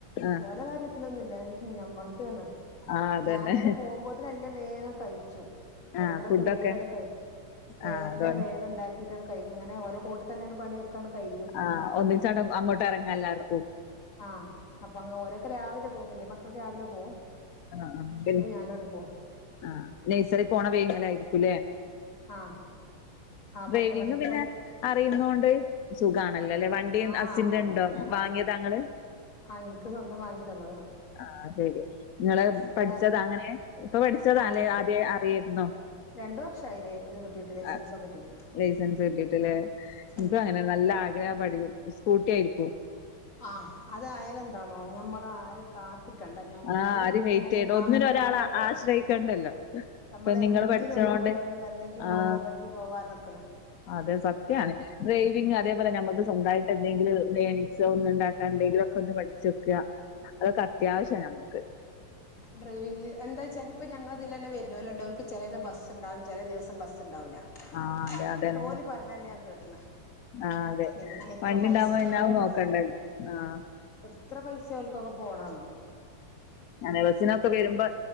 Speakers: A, on the left; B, on the left.
A: ആഹ്
B: ഓലെ കാര്യത്തിലൊന്നും ഇല്ല ഞമ്മളതാണ്
A: ആഹ് അതന്നെ
B: ഞാൻ തന്നെ <unintelligible> വേഗം കഴിച്ചു പണികളൊക്കെ
A: ആഹ് ഫുഡൊക്കെ
B: വേഗം അങ്ങട്ട് കഴിച്ചു എ
A: ആഹ്
B: എല്ലാം
A: അതാണ്
B: വേഗം ഉണ്ടാക്കിട്ട് കഴിയും അങ്ങനെ ഓനെ കൂടെ തന്നെയാണ് പണിയൊക്കെ ഇപ്പം ആണ്ട് കഴിഞ്ഞു
A: ആഹ് ഒന്നിച്ചാട് അങ്ങോട്ട് എറങ്ങാല്ലാർക്കും
B: ആഹ് അപ്പൊ അങ്ങ് ഓരോക്കെ രാവിലെ പോകും വലിയ മക്കൾ രാവിലെ പോകും
A: ആഹ് ആഹ് ഡി
B: ഞാനും ആണ്ട് പോവും
A: ആഹ് നഴ്സറി പോണ വൈകുന്നേരം ആയീരിക്കുല്ലേ
B: ആഹ് ആ
A: ഡ്രൈവിങ്
B: പത്ത് മണിക്ക്
A: പിന്നെ
B: ഓന്
A: അറിയുന്നൊണ്ട് സുഖണല്ലോ അല്ലേ വണ്ടി
B: ആഹ്
A: ഹസിന്റെ
B: അതാ
A: ഉണ്ടോ
B: ഞാൻ
A: വാങ്ങി താ നിങ്ങള്
B: ആഹ് എനിക്ക് സ്വന്തം വാങ്ങി തന്നതാ
A: ആ ശരി നിങ്ങള്
B: ഹസ്സിന്
A: പഠിച്ചത
B: വേറെന്നെ
A: അങ്ങനെ ഇപ്പം പഠിച്ചതാ
B: ആഹ്
A: അല്ലേ
B: ഞാൻ
A: ആദ്യേ അറിയിരുന്നോ?
B: രണ്ട് വർഷായില്ലേ ഇത് കിട്ടിയിട്ട് ലൈസൻസൊക്കെ
A: ആ
B: കിട്ടിയിട്ട്
A: ലൈസൻസ് കിട്ടിട്ട് ലെ ഇൻകു
B: ഉം
A: അങ്ങനെണ് നല്ല ആ <unintelligible> പഠിയും സ്കൂട്ടി ആയിരിക്കു
B: ആഹ് അതായാല് എന്താന്നോ ഞമ്മള് ആരെ കാത് കണ്ട ഞമ്മക്ക്
A: ആഹ് ആരും
B: ങ്ങനെ
A: വെയിറ്റ് ചെയ്യണ്ട
B: കാ
A: ഒന്നിനും
B: നമ്മള്
A: ഒരാളെ
B: ണ്ടല്ലോ
A: ആശ്രയിക്കണ്ടല്ലോ
B: നമ്മള്
A: ഇപ്പൊ നിങ്ങള്
B: എന്തിനും
A: പഠിച്ചോണ്ട്
B: ഉണ്ടാവുല്ലോ ഒന്ന് വന്നെങ്കി
A: ആഹ്
B: പോവാ വന്നെങ്കി പോവാ ർഞ്ഞി ക്ക്‌ണ്
A: അതെ സത്യാണ് ഡ്രൈവിംങ് അതേപോലെ ഞമക്ക് സ്വന്തയിട്ട് എന്തെങ്കിലും ഏണിക്സ്‌ ഒന്ന് ഉണ്ടാക്കാൻ എന്തേങ്കിലും ഒക്കെ ഒന്ന് പഠിച്ചു വെക്ക അതൊക്കെ അത്യാവശ്യാ ഞമ്മക്ക്
B: ഡ്രൈവിങ് എന്താച്ചാല് ഇപ്പ ഞങ്ങളെ തിലെന്നെ വരണോൽ ണ്ട് ഓൽക്ക് ചെലത് ബസ് ഇണ്ടാവും ചേലെ ദിവസം ബസ്ണ്ടാവൂല. ന്നെട്ട്
A: ആഹ് അതെ അതന്നെ
B: ഓല് പറയണെന്നെ ഞാൻ കേട്ട്ണ്
A: ആഹ് അതെ
B: പിന്നെ എത്ര
A: വണ്ടി
B: പൈസേണ്
A: ഉണ്ടാവുമ്പോ പിന്നെ അത് നോക്കണ്ടല്ലോ ആഹ്
B: എത്ര പൈസ്‌ സെ ഓൽക്കൊക്കെ പോണെന്നോ
A: ആണ് ബസിനൊക്കെ വരുമ്പോ